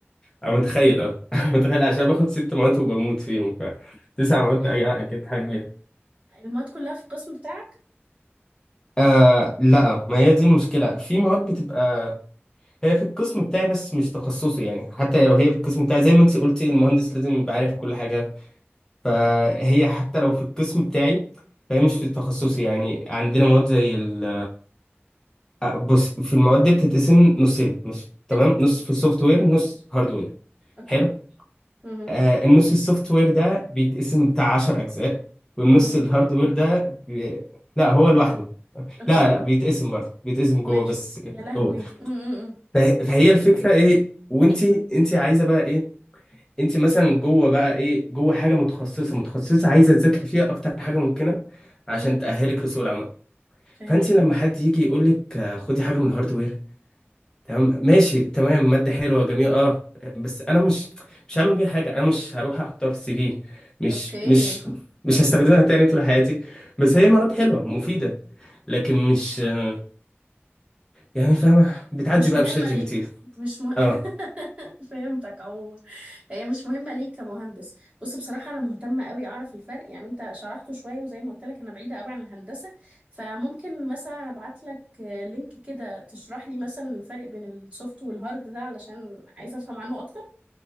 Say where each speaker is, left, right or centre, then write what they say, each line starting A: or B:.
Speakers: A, on the left (about 15°); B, on the right (about 30°).
A: أنا متخيل أه <laughs> متخيل عشان باخد ست مواد وبموت فيهم ف تسع مواد
B: ايه
A: بقى أكيد حاجة بيها
B: المواد كلها في القسم بتاعك
A: آه لا ما هي دي المشكلة في مواد بتبقى هي في القسم بتاعي بس مش تخصصي يعني حتى لو هي في القسم بتاعي زي ما انت قلتي المهندس لازم يبقى عارف كل حاجة فهي حتى لو في القسم بتاعي فهي مش في تخصصي يعني عندنا مواد زي ال آه، بص في المواد دي بتتقسم نصين مش تمام
B: حلو
A: نص في السوفت وير نص هاردوير
B: اوكي
A: حلو
B: امم
A: آه، النص السوفت وير ده بيتقسم بتاع 10 اجزاء والنص
B: امم
A: الهاردوير ده بي... لا هو لوحده
B: اوكي
A: لا لا بيتقسم برضه بيتقسم جوه
B: ماشي
A: بس
B: يا لهوي
A: جوه
B: امم
A: فه... فهي الفكره ايه وانت انت عايزه بقى ايه انت مثلا جوه بقى ايه جوه حاجه متخصصه متخصصه عايزه تذاكري فيها اكتر حاجه ممكنه عشان
B: امم
A: تاهلك لسوق العمل
B: فهمتك
A: فانت لما حد يجي يقول لك آه، خدي حاجه من الهاردوير تمام ماشي تمام مادة حلوة جميلة اه بس انا مش مش هعمل بيها حاجة انا مش هروح احطها في السي في مش
B: اوكي
A: مش
B: مم.
A: مش هستخدمها <laughs> تاني طول حياتي بس
B: ايوه
A: هي مواد حلوة مفيدة لكن مش آه، يعني فاهمة بتعدي
B: مش
A: بقى
B: مهمة
A: بشات جي
B: ليك
A: بي تي
B: مش مه...
A: اه
B: <laughs> فهمتك عموما هي مش مهمة ليك كمهندس بص بصراحة أنا مهتمة قوي أعرف الفرق يعني أنت شرحته شوية وزي ما قلت لك أنا بعيدة قوي عن الهندسة فممكن مثلا أبعت لك آه، لينك كده تشرح لي مثلا الفرق بين السوفت والهارد ده علشان عايزة أفهم عنه أكتر